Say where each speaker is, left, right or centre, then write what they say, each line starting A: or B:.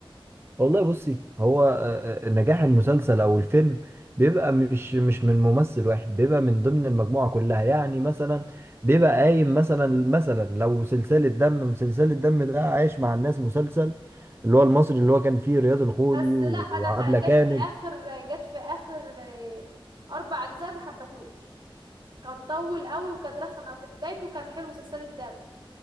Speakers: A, on the right (about 25°); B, on the right (about 55°).
A: والله بصي هو آه، آه، نجاح المسلسل او الفيلم بيبقى مش مش من ممثل واحد بيبقى من ضمن المجموعه كلها يعني مثلا بيبقى قايم مثلا مثلا لو سلسله دم مسلسل الدم ده عايش مع الناس مسلسل اللي هو المصري اللي هو كان فيه رياض الخولي
B: بس
A: و-
B: لا انا
A: وعبلة
B: ح- جت
A: كامل
B: في اخر جت في اخر آه، اربع اجزاء ما حبتوش كان طول قوي وكان رخم او في بدايته كان حلو سلسلة دم